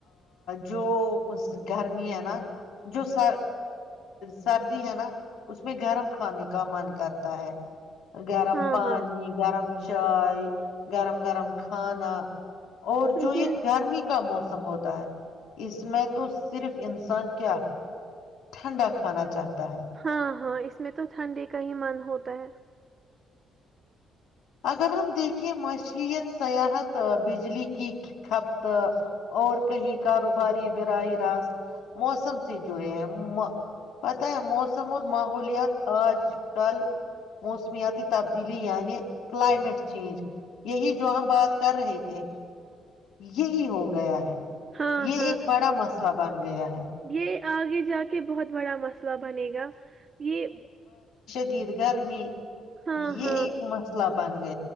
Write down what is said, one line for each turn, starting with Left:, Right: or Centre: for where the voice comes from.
Left: جو گرمی ہے نا جو س سردی ہے نا اس میں گرم کھانے کا من کرتا ہے گرم
Right: ہاں
Left: پانی
Right: ہاں
Left: گرم چائے گرم گرم کھانا اور جو یہ
Right: دن
Left: گرمی کا موسم ہوتا ہے اس میں تو صرف انسان کیا ٹھنڈا کھانا چاہتا ہے
Right: ہاں ہاں اس میں تو ٹھنڈی کا ہی من ہوتا تا ہے <unintelligible>
Left: اگر ہم دیکھے معشت سیاحت بجلی کی کپت اور کہیں کاروباری براہ راست موسم سے جڑے ہیں پتاہ ہے موسم س م محولیات آج کل موسمیاتی تبدیلی یعنی کلائمیٹ چینج یہی جو ہم بات کر رہے تھے یہی ہو گیا ہے
Right: ہاں
Left: یہ
Right: ہاں
Left: ایک بڑا مسئلہ بن گیا ہے
Right: یہ آگے جا کے بہت بڑا مسئلہ بنے گا یہ
Left: ید گرمی
Right: ہاں
Left: یہ
Right: ہاں
Left: ایک مسئلہ بند